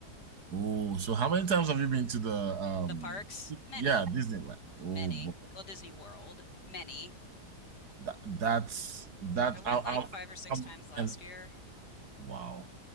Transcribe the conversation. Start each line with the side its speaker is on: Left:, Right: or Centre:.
Right: Oh, so how many times have you been to the um
Left: The parks, many,
Right: yeah, Disneyland? Oh
Left: many.
Right: boy.
Left: Well, Disney World, many.
Right: That that's that
Left: I went
Right: I I
Left: like five or six
Right: I'm
Left: times last
Right: and
Left: year.
Right: wow.